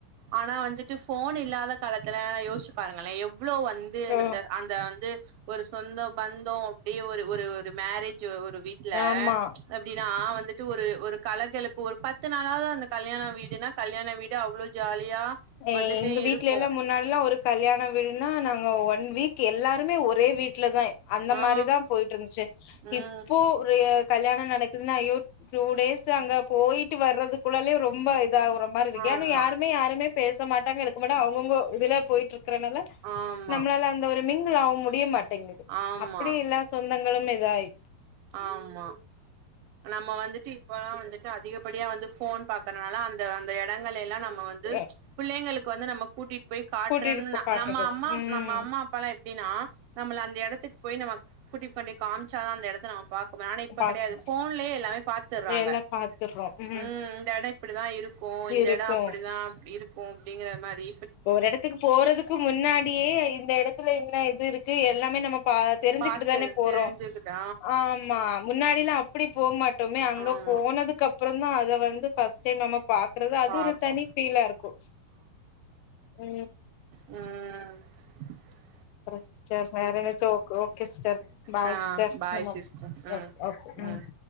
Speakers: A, on the right (about 80°); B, on the left (about 85°).
A: ஆனா வந்துட்டு ஃபோன் இல்லாத காலத்துல யோசுச்சு பாருங்களே எவ் ளோ வந்து
B: ஓ
A: நந்த அந்த வந்து ஒரு சொந்தொ பந்தொ அப்டியே ஒரு ஒரு ஒரு மேரே ஜு ஒரு வீட்ல
B: ஆமா
A: எப்டினா வந்து ட்டு ஒரு ஒரு கலகலப்பு ஒரு பத்து நாளாவ்து அந்த கல்யாண வீடுனா கல்யாண வீடு அவ்ளோ ஜாலியா
B: ஏ
A: வந்துட்டு
B: எங்க வீட்லெல்லா
A: இருக்கு
B: முன்னால்லா ஒரு கல் யாண வீடுனா நாங்க ஒன் வீக் எல்லாருமே ஒரே வீ ட்ல தா அந்த
A: ஆ
B: மாரிதா போயிட்ருந்துச்சு
A: ம்
B: இப்போ ஒரு கல்யாண நடக்குதுனா ஐயோ டூ டேஸ் அங்க போயிட்டு வர்றதுக்குள்ளாலியு ரொம்ப இ தாவுற மாரி இருக்கு
A: ஆமா
B: ஏனா யாருமே யாரைமே பேச மாட்டாங்க இருக்க மாட்டாங்க அவுங்கவுங்கொ இதுல போயிட்ரு க்குறனால
A: ஆமா
B: நம்ளால அந்த ஒரு மிங் கிள் ஆவ் முடிய மாட் டெங்கிது
A: ஆமா
B: அப்பிடி இல்ல சொந்தங் களும் இதாயி
A: ஆமா நம்ம வந்துட்டு இப்பல்லா வந்துட்டு அதிகப்படியா வந்து ஃபோன் பாக்கறனால அந்த அந்த எ எடங்கள் எல்லா நம்ம ம்ம வந்து
B: எ-
A: பிள்ளைங்களுக்கு கு வந்து நம்ம கூட்டிட்டு போய் காட்டுறும்னு
B: கூட்டிட்டு போ காட்டுறது
A: நம்ம அம்மா
B: ம்
A: நம்ம அம்மா அப்பாலா எப்டின்னா நம்மள அந்த எடத்துக்கு போய் நம்ம கூட்டி கொன்டேய் காமிச்சாதா அந்த எடத் த்த நம்ம பா ஆனா இப்ப
B: பாத்து
A: கடையாது ஃபோன்லயே எல்லாமே பாத்துடுறாங்க
B: எல்லா பாத்துடுறோம் ம்
A: உ இந்த எட அப்டி தா இருக்கு இருக்கு இந்த
B: இருக்கும்
A: எடோ அப்டிதா இருக் போ அப்டிங்கிற மாதிரி
B: ஒரு எடத்துக்கு போறதுக்கு முன்னாடியே இந்த எடத்துல என்ன இது இருக் கு எல்லாமே நம்ம பா தெரிஞ்சுக்கிட்டு
A: பாத்துரு
B: தானே போறோ
A: தெரிஞ்சுக்கிட்ட
B: ஆமா முன்னாடிலா அப் அப்டி போமாட் டோமே அங்க
A: ஆ ஆமா
B: போனதுக்குப்புறோ <unintelligible> அத வந்து ஃபர்ஸ்ட் டைம் நம்ம பா க்றது அது
A: பாப்போ
B: ஒரு தனி ஃபீலா இருக்கு உ
A: உ
B: <inaudible> வேற என்னச்ச ஓகே சிஸ்டர் பாய்
A: ஆ
B: சிஸ்டர்
A: பாய்
B: <unintelligible>
A: சிஸ்டர் ம்
B: ஓகே பாய்
A: ம்